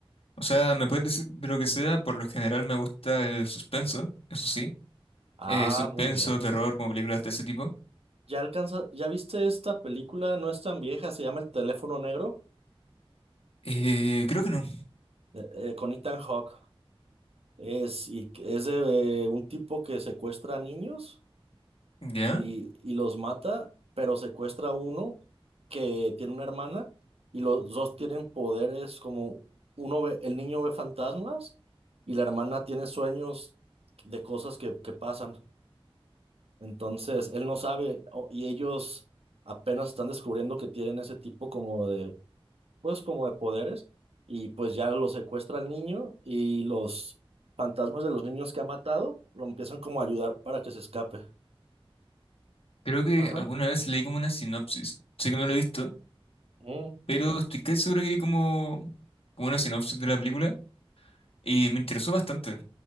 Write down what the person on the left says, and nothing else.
O sea, me puedes decir de lo que sea, por lo general me gusta el suspenso, eso sí.
Eh, suspenso,
terror, como películas de ese tipo.
Eh, creo que no,
¿ya?
Creo que
alguna vez leí como una sinopsis, sé que no lo he visto,
pero estoy casi seguro que vi como, como una sinopsis de la película. Y me interesó bastante.